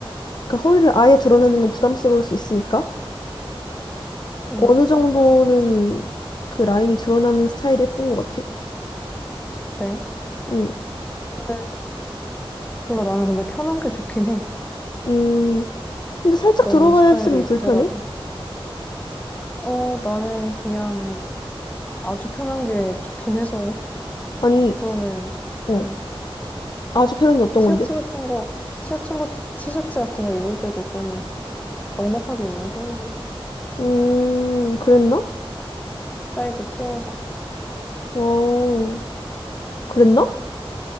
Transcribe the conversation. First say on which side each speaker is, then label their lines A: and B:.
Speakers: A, on the left; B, on the left.
A: 그 허리를 아예 드러내는 건 부담스러울 수 있으니까
B: 음,
A: 어느 정도는 그 라인이 드러나는 스타일이 예쁜 것 같아.
B: 그래.
A: 음,
B: 근데 몰라, 나는 근데 편한 게 좋긴 해.
A: 음, 근데 살짝
B: 어떤
A: 들어가
B: 스타일을
A: 있으면 불편해?
B: 입더라도. 어, 나는 그냥 아주 편한 게 좋긴 해서 <laughs>
A: 아니,
B: 보통은,
A: 어,
B: 음,
A: 아주 편한 게 어떤
B: 티셔츠
A: 건데?
B: 같은 거, 티셔츠, 같- 티셔츠 같은 거 입을 때도 좀 넉넉하게 입는 편이지.
A: 음, 그랬나?
B: 사이즈 키워서.
A: 어, 그랬나?